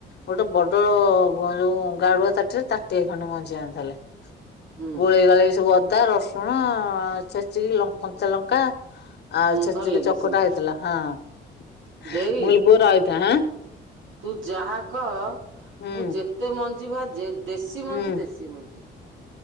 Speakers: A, on the left; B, on the right.
A: ଗୋଟେ ବଡ ଗୋଁ ଯୋଉ ଗାଡୁଆ ତାଟିରେ ତାଟିଏ ଖଣ୍ଡେ ମଞ୍ଚ ଜାଆନ୍ତା ହେଲେ।
B: ହୁଁ
A: ଗୋଳିଇ ଗାଳେଇ ସବୁ ଅଦା ରସୁ ଶୁଣ ଛେଚିକି ଲ କଞ୍ଚା ଲଙ୍କା ଆଉ
B: ହୁଁ
A: ଛେଚିକି
B: ଭଲ ଲାଗିବ
A: ଚକଟା
B: ସେମିତି
A: ହେଇଥିଲା। ହଁ। ମୁଁ
B: ଦେଇ
A: କହିଲି ପୁଅ ରଇଥା ଆଁ
B: ତୁ ଯାହା କହ।
A: ହୁଁ
B: ମୁଁ ଯେତେ ମଞ୍ଜି ଭାଜେ, ଦେଶୀ ମଞ୍ଜି
A: ହୁଁ
B: ଦେଶୀ ମଞ୍ଜି।